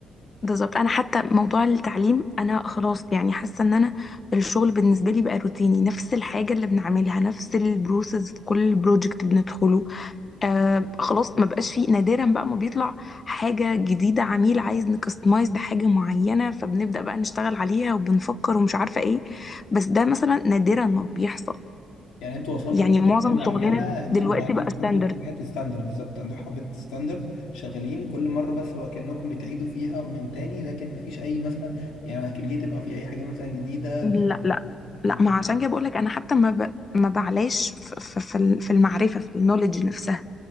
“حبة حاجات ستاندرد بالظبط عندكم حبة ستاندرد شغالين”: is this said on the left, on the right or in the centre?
Left